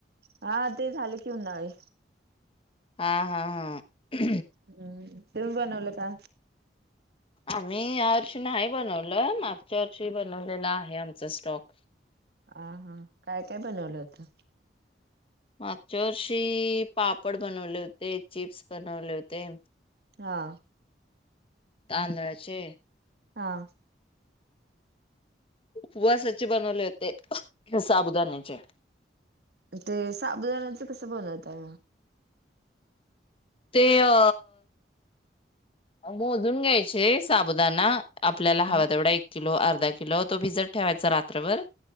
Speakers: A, on the right; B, on the left.
A: हा ते झालं की उन्हाळी.
B: हा हा हा.
A: हम्म, तुम्ही बनवलं का?
B: आम्ही या वर्षी न्हाय बनवलं, मागच्या वर्षी बनवलेला आहे आमचा स्टॉक.
A: आ हा, काय-काय बनवलं होत?
B: मागच्या वर्षी पापड बनवले होते, चिप्स बनवले होते.
A: हा.
B: तांदळाचे.
A: हा.
B: उपवासाचे बनवले होते, साबुदान्याचे.
A: ते साबुदाण्याचं कसं बनता?
B: ते अ मोजून घ्यायचे साबुदाना, आपल्याला हवा
A: हम्म
B: तेवढा एक किलो अर्धा किलो तो भिजत ठेवायचा रात्रभर.